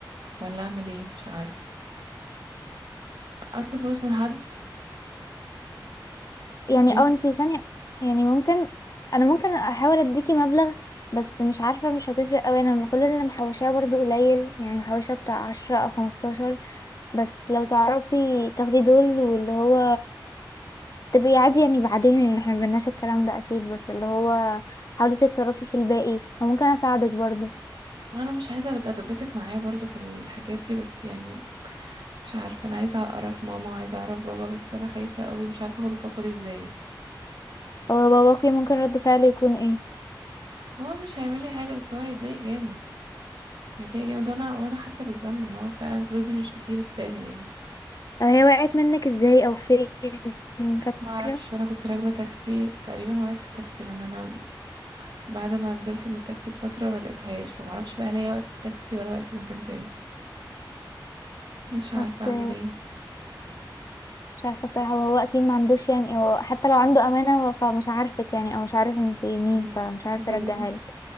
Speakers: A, on the right; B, on the left.
A: ولا اعمل ايه مش عارفة اطلب فلوس من حد بس
B: يعني
A: بين
B: اه انتي ثانية يعني ممكن انا ممكن احاول اديكي مبلغ بس مش عارفة مش هتفرق اوي انا كل اللي محوشاه برضو قليل يعني محوشة بتاع عشرة او خمستاشر بس لو تعرفي تاخدي دول واللي هو تبقي عادي يعني بعدين يعني احنا مبناش الكلام ده اكيد بس اللي هو حاولي تتصرفي في الباقي وممكن اساعدك برضو
A: وانا مش عايزة اتدبسك معايا برضو في الحاجات دي بس يعني مش عارفة انا عايزة اعرف ماما وعايزة اعرف بابا بس انا خايفة قوي مش عارفة اخد الخطوة دي ازاي
B: هو باباكي ممكن رد فعله يكون ايه
A: هو مش هيعمل لي حاجة بس هو هيتضايق جامد هيتضايق جامد وانا وانا حاسة بالذنب ان هو فعلا الفلوس دي مش بتيجي بالساهل يعني
B: أو هي وقعت منك ازاي او فين فاكرة
A: ما اعرفش وانا كنت راكبة تاكسي تقريبا وقعت في التاكسي لان انا بعد ما نزلت من التاكسي بفترة ما لقيتهاش فما اعرفش بقى هل هي وقعت في التاكسي ولا وقعت في مكان تاني مش عارفة
B: اوكي
A: اعمل ايه
B: مش عارفه الصراحه وهو اكيد ما عندوش يعني هو حتى لو عنده امانه هو فمش عارفك يعني او مش عارف انت مين
A: مم.
B: فمش عارف
A: بالظبط
B: يرجعها لك